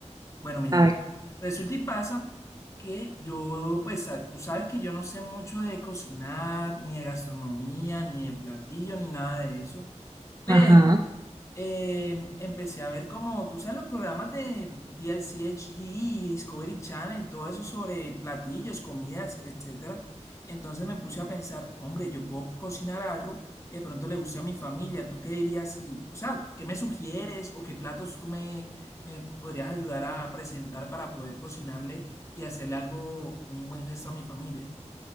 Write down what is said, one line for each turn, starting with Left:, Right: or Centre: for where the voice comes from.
Left: Bueno, mira,
Right: A ver,
Left: resulta y pasa que yo, pues a- tú sabes que yo no sé mucho de cocinar, ni de gastronomía, ni de platillo, ni nada de eso, pero
Right: ajá.
Left: eh, empecé a ver como, tú sabes, los programas de DLCHD y Discovery Channel y todo eso sobre platillos, comidas, etcétera. Entonces me puse a pensar, hombre, yo puedo cocinar algo que de pronto le guste a mi familia. ¿Tú qué dirías si, o sea, qué me sugieres o qué platos tú me, me podrías ayudar a presentar para poder cocinarle y hacerle algo, un buen gesto a mi familia?